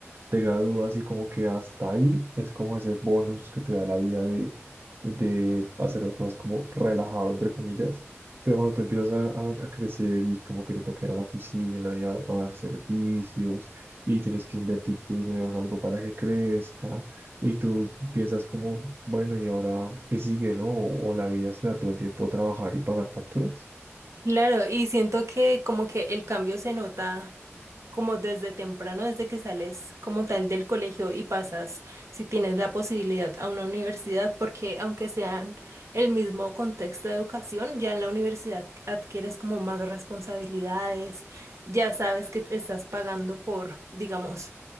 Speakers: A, on the right; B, on the right.
A: te gradúas y como que hasta ahí es como ese bonus que te da la vida de, de hacer las cosas como relajado, entre comillas. Pero bueno te empiezas a, a- a crecer y como que te toca ir a la oficina y ahora pagar servicios y tienes que invertir tu dinero en algo para que crezca y tú piensas como, bueno, ¿y ahora qué sigue, no? O, o la vida se da todo el tiempo a trabajar y pagar facturas.
B: Claro, y siento que como que el cambio se nota como desde temprano, desde que sales como tal del colegio y pasas, si tienes la posibilidad, a una universidad, porque aunque sean el mismo contexto de educación, ya en la universidad adquieres como más responsabilidades, ya sabes que te estás pagando por, digamos,